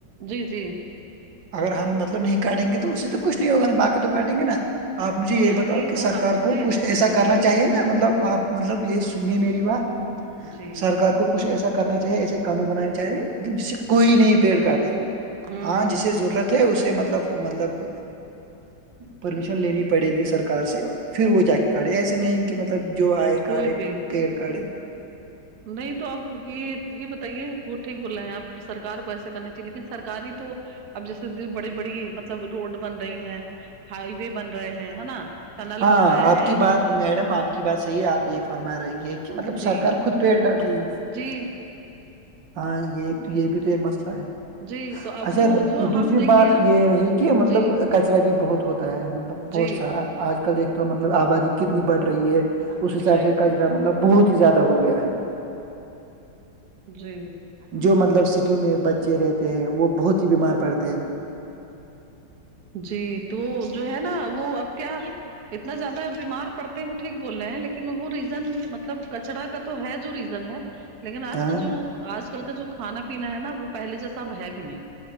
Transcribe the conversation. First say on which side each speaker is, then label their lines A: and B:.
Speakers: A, on the right (about 60°); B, on the right (about 80°).
A: جی جی
B: اگر ہم مطلب نہیں کاٹیں گے تو اس سے تو کچھ نہیں ہوگا ہم باقی تو کاٹیں گے نا آپ مجھے یہ
A: نہیں
B: بتاؤ
A: نہیں
B: کہ
A: تو
B: سرکار
A: ہم سے
B: کو کچھ ایسا کرنا
A: نہیں
B: چاہیے مطلب آپ مطلب یہ سنیے میری بات
A: جی
B: سرکار کو کچھ ایسا کرنا چاہے ایسے قانون بنانے چاہے مطلب جس سے کوئی نہیں پیڑ کاٹے
A: ہوں
B: ہاں جسے ضرورت ہے اسے مطلب مطلب پرمیشن لینی پڑے گی سرکار سے پھر وہ جا کے کاڑے ایسے نہیں کہ مطلب جو آئے کاڑھے
A: کوئی بھی
B: پیڑ کاڑھے
A: نہیں تو اب یہ یہ بتائیے ٹھیک بول رہے ہیں آپ سرار کو ایسا کرنا چاہیے لیکن سرکاری تو اب جیسے بڑی بڑی مطلب روڈ بن رہی ہے ہائی وے بن رہے ہیں ہے نا ٹنل
B: ہاں
A: بن رہے
B: آپ
A: ہیں
B: کی بات
A: یہ تو
B: میڈم آپ کی بات صحیح ہے آپ یہ فرما رہی ہے کہ مطلب
A: جی
B: سرکار خود پیٹ کاٹ رہی ہے
A: جی
B: ہاں یہ تو یہ بھی تو ایک مسئلہ ہے
A: جی تو اب
B: اچھا
A: وہ جو
B: دوسری
A: ہم دیکھیے
B: بات
A: اب
B: یہ رہی کہ مطلب
A: جی
B: کچرا بھی بہت ہوتا ہے مطلب بہت
A: جی
B: سارا آج کل دیکتے مطلب آبادی کتنی بڑھ رہی ہے
A: جی
B: اس حساب سے کچرا مطلب بہت ہی زیادہ ہو گیا ہے
A: جی
B: جو مطلب سٹیوں میں بچے رہتے ہیں وہ بہت جی بیمار پڑتے ہیں
A: جی تو جو ہے نا وہ اب کیا اتنا زیادہ بیمار پڑتے وہ ٹھیک بول رہے ہیں لیکن وہ ریزن مطلب کچرا کا تو ہے جو ریزن ہے لیکن آج
B: ہاں
A: کا جو آج کل کا جو کھانا پینا ہے نا وہ پہلے جیسا اب ہے بھی نہیں